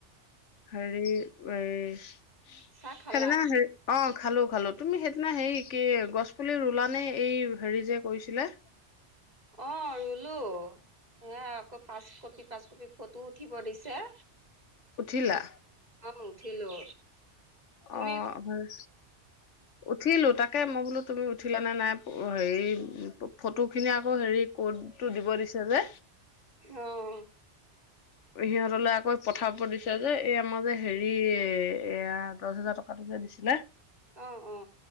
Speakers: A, on the left (about 85°); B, on the right (about 35°).
A: হেৰি এই সেইদিনা
B: চাহ খালা?
A: হেৰি অ খালো, খালো তুমি সেইদিনা হেৰি কি গছ পুলি ৰুলা নে? এই হেৰি যে কৰিছিলে।
B: অ ৰু লো এয়া আকৌ পাচ কপি, পাচ কপি ফটো উঠিব দিছে।
A: উঠিলা?
B: অ', উঠিলো। তুমি
A: অ হয় উঠিলো তাক তাকে মই বোলো তুমি উঠিল নে নাই হেৰি ফ ফটোখিনি আকৌ হেৰি ক'তটো দিব দিছে যে
B: অ',
A: সিহঁতলে আকৌ পথাৰ প দিছে যে এই আমাৰ যে হেৰি এ এয়া দছ হেজাৰ টকাটো যে দিছিলে
B: অ অ